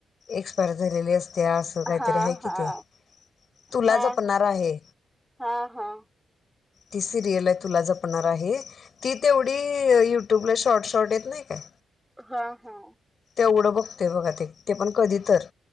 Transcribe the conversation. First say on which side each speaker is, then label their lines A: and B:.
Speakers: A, on the left; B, in the centre.
A: एक्सपायर झालेली असते ते असं
B: हा
A: काहीतरी
B: हा
A: आहे
B: हा
A: कि ते तुला
B: हा
A: जपणार आहे
B: हा हा
A: तिसरीला तुला जपणार आहे ती तेवढी युट्युबला शॉर्ट शॉर्ट येत नाही काय
B: हा हा
A: तेवढं बघते बघा ते ते पण कधी तर